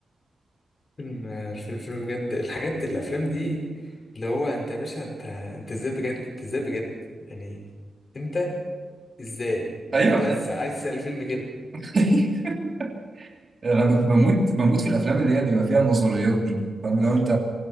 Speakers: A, on the left; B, on the right.
A: فيلم الفيلم فيلم بجد الحاجات الافلام دي اللي هو انت يا باشا انت انت ازاي بجد انت ازاي بجد يعني انت ازاي
B: أيوه
A: عارف انت عايز عايز تسأل الفيلم كده
B: <laughs> أنا ب- بموت بموت في الأفلام اللي هي بيبقى فيها النظريات دي فاهم لو أنت